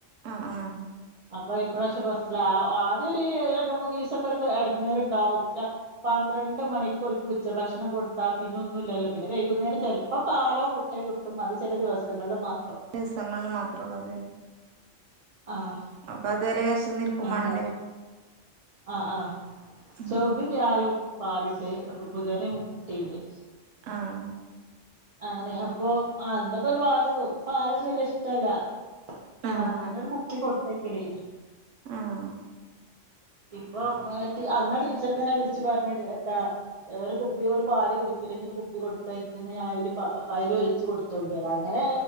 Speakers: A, on the right; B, on the right.
A: ആഹ് ആഹ്
B: അപ്പൊ ഇപ്രാവശ്യ ബസ്സില ആദ്യം ഒരു രണ്ട് മൂന്ന് ദിവസൊക്കെ ഒരു ഇടങ്ങീറണ്ടാവും പന്ത്രണ്ട് മണിക്കോൽക്കു ഉച്ച ഭക്ഷണം കൊടുത്താ പിന്നൊന്നും ഇല്ലല്ലോ പിന്നെ വൈകുന്നേരം ചെലപ്പോ പാലോ മുട്ടയോ കിട്ടും അത് ചെല ദിവസങ്ങളിൽ മാത്രം
A: ദിവസങ്ങളിൽ മാത്രേ ഉള്ളൂ അതെന്നേ
B: ആഹ്
A: അപ്പൊ അത്വരെ വെശന്നിരിക്കും
B: എന്താ
A: വേ ണല്ലേ
B: ആഹ് ആഹ്
A: ഉം
B: ചൊവ്വേം
A: ഉം.
B: വ്യായോം പാലിണ്ട് ബുധന് മുട്ടിണ്ട്
A: ആഹ്
B: അങ്ങനെ അപ്പൊ എന്തങ്കു ഒരു വക്ക് പാലൊന്നും വല്യ ഇഷ്ടല്ല <unintelligible>
A: ആ
B: സാധാരണ ഒരു കുപ്പി കൊടുത്തയക്കലേനി
A: ആഹ്
B: ഇപ്പൊ അന്ന് ടീച്ചർ ഇങ്ങനെ വിളിച്ച് പറഞ്ഞ എത്താ ഒരു കുപ്പി ഓല് പാല് കുടിക്കില്ലെങ്കിൽ കുപ്പി കൊടുത്ത അ അതില് അതില് ഒഴിച്ച് കൊടുത്തോ കൊണ്ട് വരാം അങ്ങനെ